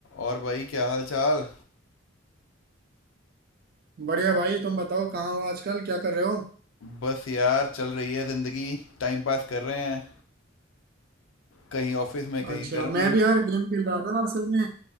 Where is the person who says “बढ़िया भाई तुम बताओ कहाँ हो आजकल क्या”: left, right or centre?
Right